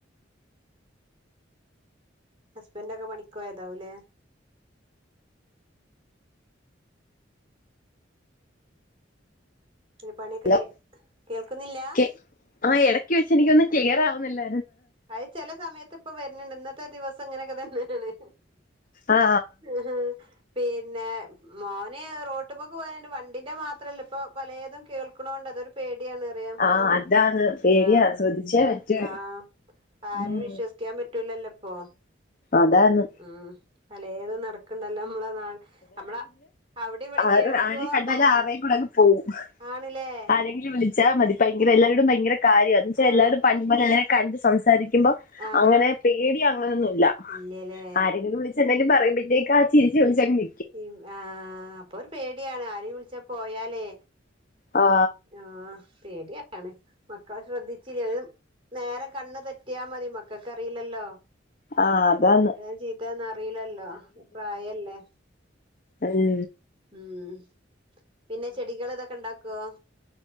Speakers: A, on the right; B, on the left.
A: ഹസ്ബന്റൊക്കെ പണിക്കോയതാവുലേ പിന്നെ പണിയൊക്കെ
B: ഹലോ
A: കേൾക്കുന്നില്ല
B: ക്കെ ആഹ് എടക്ക് വെച്ച് എനിക്കൊന്നും ചെയ്യാറാവുന്നില്ല
A: അഹ് ചെല സമയത്ത് ഇപ്പ വരുന്ണ്ട് ഇന്നത്തെ ദിവസം ഇങ്ങനെക്കെ തന്നെണ്
B: ആ
A: ആഹ് പേ പിന്നെ മോന് റോട്ട്മൊക്ക് പോഹേൽണ്ട് വണ്ടിന്റെ മാത്രല്ല ഇപ്പൊ പലേതും കേൾക്ക്ണോണ്ട് അതൊരു പേടി യാണ് അറിയാ
B: ആ അതാണ് പേടിയാ
A: ആഹ്ഇപ്പ
B: ശ്രദ്ധിച്ചേ പറ്റൂ
A: ആഹ് ആരും
B: ഉം
A: വിശ്വസിക്കാൻ പറ്റൂലല്ലോപ്പൊ
B: അതാണ്
A: ഉം പലേതും നടക്ക്ണ്ടല്ലോ നമ്മളെ നാട്ട് നമ്മള അവിടെ ഇവിടെ
B: ആറ്
A: കേൾക്കണുണ്ടാവും
B: ആരേം കണ്ടല ആരേയും കൂടെ ങ്ങ് പോകും
A: ആണില്ലേ
B: ആരെങ്കിലും വിളി ച്ചാമതി ഭയങ്കര എല്ലാരൊടും ഭയര കാര്യ എന്ന വച്ചാ
A: ആഹ്
B: എല്ലാരും പണി അങ്ങനെ കണ്ട് സം സംസാരിക്കുമ്പോ
A: ആഹ്
B: അങ്ങനെ
A: ആഹ്
B: പേടി അങ്ങനൊന്നുല്ല
A: ഇല്ലല്ലേ
B: ആരെങ്കിലും വിളി എന്തെലും പറയുമ്പോത്തേക്കാ ചിരി <unintelligible> വിള <unintelligible>
A: ഉം ആഹ് അപ്പൊരു പേടിയാണ് ആരെയും വിളിച്ച പോയാലേ
B: ആ
A: ആഹ് പേട്യോണ് മക്കളെ ശ്രദ്ധിച്ചില്ലേല്ലും നേരം കണ്ണ് തെറ്റിയാ മതി മക്കക്കറീല്ലല്ലോ
B: ആ അതാണ്
A: നല്ലോ ചീത്തേണോ അറീല്ലല്ലോ ആഹ് പ്രായല്ലേ
B: അൽ
A: ഉം പിന്നെ ചെടികളും ഇതൊക്കെ ഇണ്ടാക്കോ